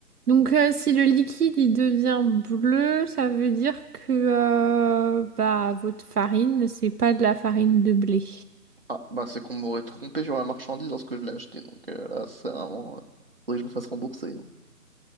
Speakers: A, on the right; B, on the right.
A: Donc euh, si le liquide il devient bleu, ça veut dire que euh, bah votre farine, c'est pas de la farine de blé.
B: Ah bah c'est qu'on m'aurait trompé sur la marchandise lorsque je l'ai acheté, donc euh, là c'est vraiment... euh, faudrait que je me fasse rembourser. hein.